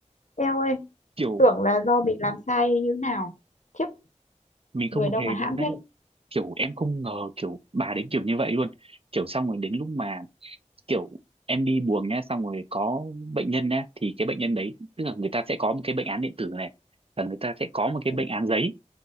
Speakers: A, on the left; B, on the right.
A: eo ơi
B: kiểu
A: tưởng là do mình làm sai như nào khiếp
B: mình không
A: người
B: hề
A: đâu mà hãm
B: luôn đấy
A: thế
B: kiểu em không ngờ kiểu bà đấy kiểu như vậy luôn kiểu xong rồi đến lúc mà kiểu em đi buồng nhá xong rồi có bệnh nhân nhá thì cái bệnh nhân đấy tức là người ta sẽ có một cái bệnh án điện tử này và người ta sẽ có một cái
A: ừ
B: bệnh án giấy